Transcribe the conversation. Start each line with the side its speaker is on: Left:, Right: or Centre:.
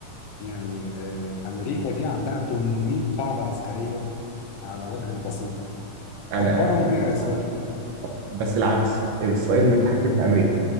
Left: يعني آه، امريكا دي عندها 800 قاعده عسكريه على وجه البسيطه
Right: انا
Left: اكبرهم
Right: اتفق
Left: هي اسرائيل
Right: معاك أتفق. بس العكس اسرائيل اللي بتحكم في امريكا